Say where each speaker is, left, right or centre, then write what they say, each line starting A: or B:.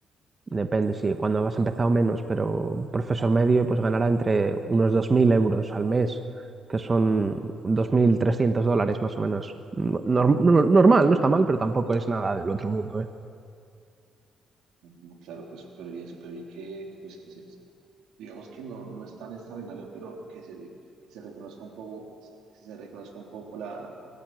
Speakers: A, on the right; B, on the right.
A: depende si cuando has empezado menos, pero un profesor medio pues ganará entre unos 2.000 euros al mes, que son 2.300 dólares más o menos. No- nor- no- normal, no está mal, pero tampoco es nada del otro mundo, ¿eh?
B: No, Claro, pues súper bien, súper bien que, pues, que se- digamos que no, no es tan extraordinario, pero que se, le- que se reconozca un poco, que se reconozca un poco la,